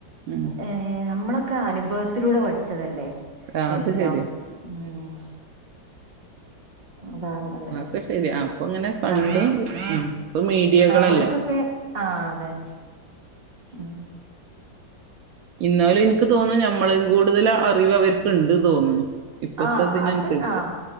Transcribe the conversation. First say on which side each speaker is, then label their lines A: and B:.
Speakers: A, on the right; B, on the right.
A: ഉം
B: ഏഹ് നമ്മള് ക്കെ അനുഭവത്തിലൂടെ പഠിച്ചതല്ലേ.
A: ആ അത്
B: എല്ലാം
A: ശരിയാ
B: ഉം <unintelligible>
A: അ ഒക്കെ ശെരി അപ്പൊ ഇങ്ങനെ കണ്ടു
B: ആഹ്
A: ഇപ്പം മീഡിയകളല്ലേ.
B: ആഹ് ഓര്ക്കൊക്കെ ആഹ് അതന്നെ ഉം
A: ന്നാലും എനിക്ക് തോന്നെ ഞമ്മളും കൂടുതൽ അറിവ് അവർക്ക്ണ്ട് തോന്നണ്. ഇപ്പത്തെ
B: ആഹ്
A: ഇതിനനുസരിച്ച്
B: അത് ആഹ്